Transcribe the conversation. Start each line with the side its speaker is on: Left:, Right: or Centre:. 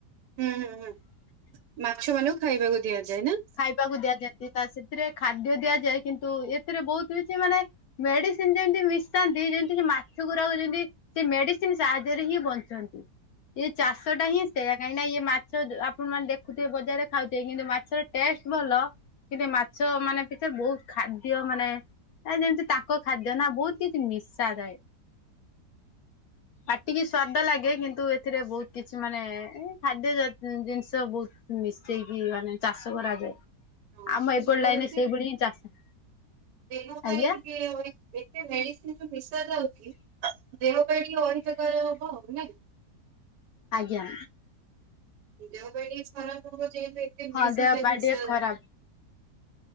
Right: ହୁଁ ହୁଁ ହୁଁ ମାଛ ମାନଙ୍କୁ ଖାଇବାକୁ ଦିଆଯାଏ ନାଁ।
Left: ଖାଇବାକୁ ଦିଆଯାନ୍ତି ତା ସେଥିରେ ଖାଦ୍ୟ ଦିଆଯାଏ କିନ୍ତୁ ଏଥିରେ ବହୁତ୍ କିଛି ମାନେ ମେଡିସିନ୍ ଯେମତି ମିଶାନ୍ତି ଯେନ୍ତି କି ମାଛ ଗୁରାକ ଯେନ୍ତି ସେ ମେଡିସିନ୍ ସାହାଯ୍ୟରେ ହିଁ ବଞ୍ଚନ୍ତି। ଇଏ ଚାଷଟା ହିଁ ସେୟା କାଇଁ ନାଁ ଇଏ ମାଛ ଯୋ ଆପଣ ମାନେ ଦେଖୁଥିବେ ବଜାରରେ ଖାଉଥିବେ କିନ୍ତୁ ମାଛର ଟେଷ୍ଟ ଭଲ କିବେ ମାଛ ମାନେ ପିଛେରେ ବହୁତ ଖାଦ୍ୟ ମାନେ ଏ ଯେମ୍ତି ତାଙ୍କ ଖାଦ୍ୟ ନାଁ ବହୁତ୍ କିଛି ମିଶାଯାଏ। ପାଟିକି ସ୍ଵାଦ ଲାଗେ କିନ୍ତୁ ଏଥିରେ ବହୁତ କିଛି ମାନେ ଏଇ ଖାଦ୍ୟ ଯତ୍ ଉଁ ଜିନିଷ ବହୁତ୍ ମିଶେଇକି ମାନେ ଚାଷ କରାଯାଏ।
Right: ହଁ
Left: ଆମ
Right: ମାନେ
Left: ଏପଟ
Right: ମୁଁ କହିବି
Left: ଲାଇନିରେ
Right: ଯେ
Left: ସେଇଭଳି ହିଁ ଚାଷ
Right: ଦେହ ପାଇଁ
Left: ଆଜ୍ଞା
Right: ଟିକେ ଏତେ ମେଡିସିନ୍ ଯୋଉ ମିଶି ଯାଉଛି ଦେହ ପାଇଁ ଟିକେ ଅହିତକର ହବ ଆଉ ନାଇଁ କି?
Left: ଆଜ୍ଞା।
Right: ଦେହ ପାଇଁ ଟିକେ ଖରାପ ହବ ଯେହେତୁ ଏତେ
Left: ହଁ
Right: ମେଡିସିନ୍
Left: ଦେହ
Right: ସେଥିରେ
Left: ପା ଟିକେ
Right: ମିଶା
Left: ଖରାପ।
Right: ହୋଉଛି।